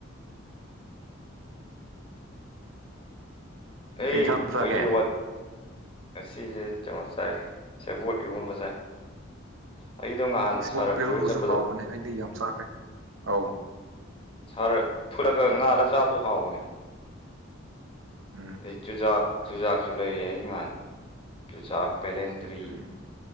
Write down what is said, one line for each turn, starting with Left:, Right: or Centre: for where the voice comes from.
Left: ꯑꯦ
Right: ꯀꯩ ꯏꯟꯁꯥꯡ
Left: ꯈꯣꯏꯒꯤ
Right: ꯆꯥꯒꯦ
Left: ꯋꯥꯠ ꯉꯁꯤꯁꯦ ꯀꯩꯅꯣ ꯆꯥꯏ ꯁꯦꯕꯣꯠ ꯏꯔꯣꯟꯕ ꯆꯥꯏ ꯑꯩꯗꯣ ꯉꯍꯥꯟ ꯁꯥꯔꯕꯤ
Right: ꯄꯣꯠ ꯄꯔꯣꯟꯕꯁꯨ
Left: ꯍꯣꯏ ꯆꯠꯄꯗꯣ
Right: ꯍꯥꯎꯕꯅꯦ ꯑꯩꯗꯤ ꯌꯥꯝ ꯆꯥꯈ꯭ꯔꯦ ꯑꯧ
Left: ꯁꯥꯔ ꯐꯨꯠꯂꯒ ꯉꯥꯜꯂ ꯆꯥꯕꯁꯨ ꯍꯥꯎꯕꯅꯦ
Right: ꯎꯝ
Left: ꯑꯗꯩ ꯆꯨꯖꯥꯛ ꯆꯨꯖꯥꯛꯁꯨ ꯂꯩꯔꯛꯑꯦ ꯑꯩꯍꯥꯟ ꯆꯨꯖꯥꯛ ꯕꯦꯂꯦꯟꯗ꯭ꯔꯤ
Right: ꯎꯝ